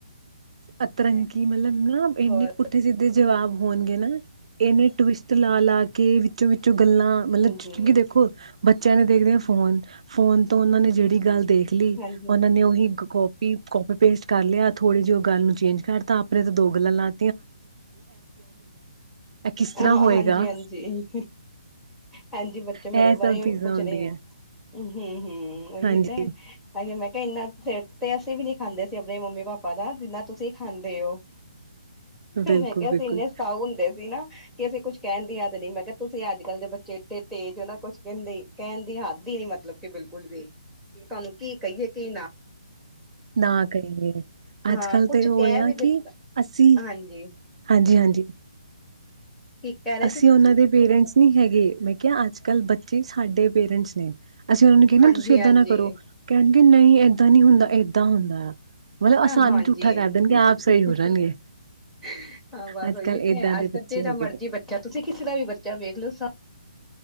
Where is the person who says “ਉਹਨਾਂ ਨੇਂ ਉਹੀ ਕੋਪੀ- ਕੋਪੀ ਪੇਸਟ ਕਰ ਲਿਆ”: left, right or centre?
Right